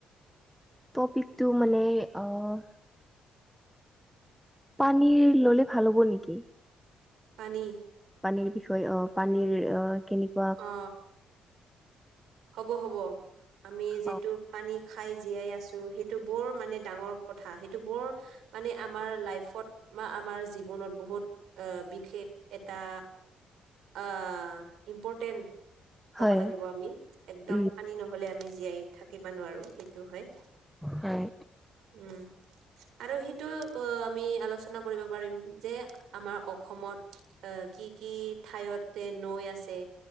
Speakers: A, in the centre; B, on the right.
A: টপিকটো মানে অ- পানীৰ ললে ভাল হ'ব নেকি?
B: পানী
A: পানীৰ বিষয়ে অ পানীৰ অ- কেনেকুৱা
B: অ হ'ব হ'ব আমি যিহেতু
A: অ
B: পানী খাই জীয়াই আছোঁ সেইটো বৰ মানে ডাঙৰ কথা সেইটো বৰ মানে আমাৰ লাইফত। বা আমাৰ জীৱনত বহুত আহ বিশেষ এটা অ ইনপৰ্টেন ক'ব
A: হয়
B: লাগিব আমি একদম
A: উম
B: পানী নহ'লে আমি জীয়াই থাকিব নোৱাৰো সে- টো হয়
A: হয়
B: উম। আৰু সেইটো অ আমি আলোচনা কৰিব পাৰিম যে আমাৰ অসমত। অ কি কি ঠাইয়তে নৈ আছে।